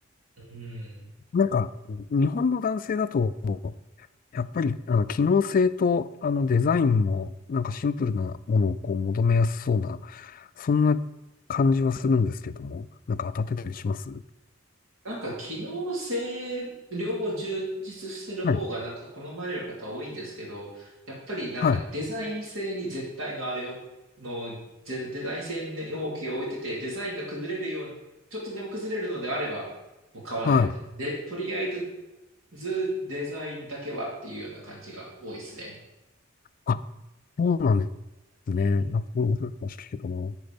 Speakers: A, on the right; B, on the left.
A: うん。
B: なんか、日本の男性だと、やっぱり、あの、機能性と、あの、デザインも、なんかシンプルなものをこう求めやすそうな、そんな感じはするんですけども、なんか当たってたりします
A: なんか機能性、両方充実してる方がなんか好まれる方多いんですけど、
B: はい、
A: やっぱりなんかデザイン性に絶対のあれを、
B: はい、
A: の、デデザイン性に重きを置いてて、デザインが崩れるように、ちょっとでも崩れるのであれば、もう買わないみたいな。
B: はい。
A: で、とりあえずデザインだけはっていうような感じが多いですね。
B: あ、そうなんですね。
A: うん
B: なんか、そうそうかもしれないけどな。